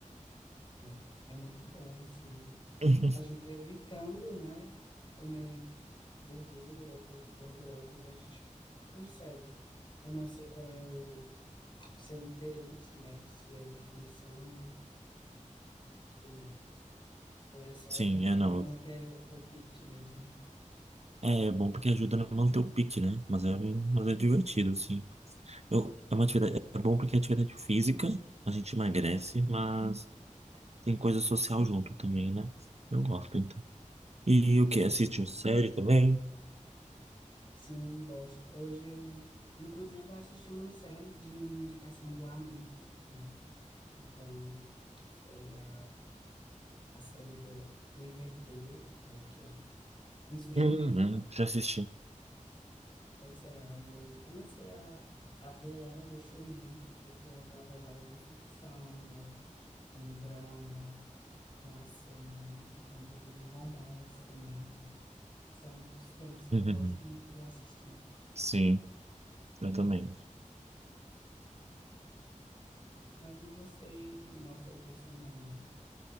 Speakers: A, on the left; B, on the right.
A: É, é muito bom, assim.
B: <laughs>
A: A gente evitando, né, comer gordura, coisas gordurosas, a gente consegue. Eu não sei qual é o seu interesse, né, se é definição, tudo mais. Ou é só
B: Sim, é
A: para
B: não.
A: manter o pique mesmo.
B: É, é bom porque ajuda a manter o pique, né? Mas é, mas é divertido, assim. Eu- é uma atividade, é bom porque é atividade física, a gente emagrece, mas tem coisa social junto também, né? Eu gosto, então. E o
A: Mas
B: que? Assiste série também?
A: sim, gosto. Hoje eu, inclusive, assisti uma série de uma indicação do amigo, né, então, que foi a, a série do Riverdale, né, que eu me sugeriram.
B: Uhum, já assisti.
A: Pois é, aí eu comecei a, a ver ela, gostei muito, porque tem aquela pegada de ficção, né? Com drama, com ação, até um pouco de romance também, né? São os temas
B: <laughs>
A: que
B: Uhum,
A: eu gosto muito de assistir.
B: Sim, eu também.
A: Mas e você não foi ver sua mãe, né?